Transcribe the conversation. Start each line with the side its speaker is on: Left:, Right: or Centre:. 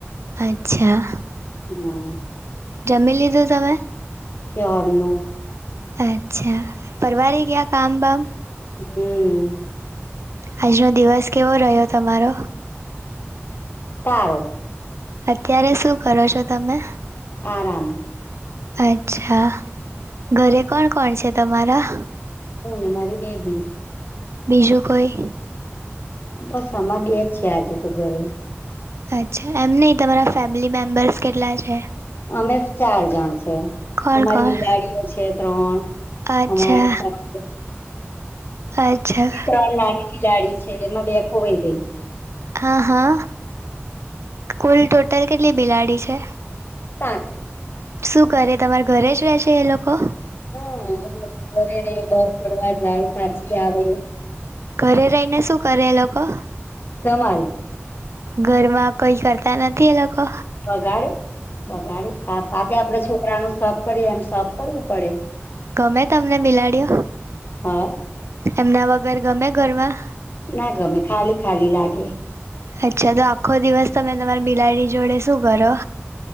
Right: અચ્છા.
Left: હમ્મ.
Right: જમી લીધું તમે?
Left: કયાર નું.
Right: અચ્છા પરવારી ગીયા કામ બામ.
Left: હમ્મ.
Right: આજનો દિવસ કેવો રહ્યો તમારો?
Left: સારો.
Right: અત્યારે શું કરો છો તમે?
Left: આરામ.
Right: અચ્છા ઘરે કોણ કોણ છે તમારા?
Left: હુને મારી બેબી.
Right: બીજું કોઈ?
Left: બસ આમામાં બે જ છે આજે તો ઘરે.
Right: અચ્છા એમ નહીં તમારા ફેમિલી મેમ્બર્સ કેટલા છે?
Left: અમે ચાર જણ છે.
Right: કોણ
Left: અમારી
Right: કોણ
Left: બિલાડીઓ છે ત્રણ.
Right: અચ્છા
Left: <unintelligible>
Right: અચ્છા
Left: ત્રણનાની બિલાડી છે. એમાં બે ખોવાઈ ગઈ.
Right: હા હા કુલ ટોટલ કેટલી બિલાડી છે?
Left: સાત
Right: શું કરે તમારા ઘરે જ રહે છે એ લોકો
Left: હા ઘરે રહી બાર ફર જાય પાછી આવે
Right: ઘરે રહીને શું કરે એ લોકો
Left: ધમલ
Right: ઘરમાં કઈ કરતા નથી એ લોકો
Left: બગાડે બગાડે સાપ આપડે આપડે છોકરા નું સફ કરીએ એમ સફ કરવું પડે
Right: ગમે તમને મિલાડયો
Left: હા
Right: એમના વગર ગમે ઘરમાં
Left: ના ગમે ખાલી ખાલી લાગે
Right: અચ્છા તો આખો દિવસ તમે તમારી બિલાડી જોડે શું કરો